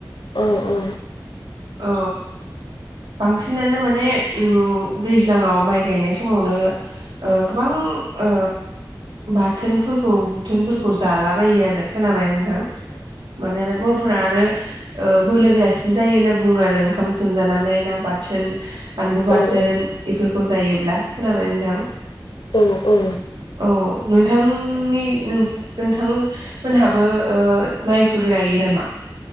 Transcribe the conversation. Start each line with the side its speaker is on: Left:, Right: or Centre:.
Left: औ औ।
Right: औ बांसिनानो माने दैज्लाङाव माइ गायनाय समावनो ओ गोबां ओ बाथोनफोरखौ बुथोनफोरखौ जालाबायो आरो खोनाबाय नोंथां माना बर'फोरा आरो। ओ बोलोगोरा सिन जायोना बुङो आरो ओंखाम सोमजानानै ना बाथोन बानलु
Left: औ
Right: बाथोन इफोरखौ खौ जायोब्ला खोनाबाय नोंथां?
Left: औ औ।
Right: औ नोंथांनि नोंथां मोनहाबो ओ माइफोर गायो नामा?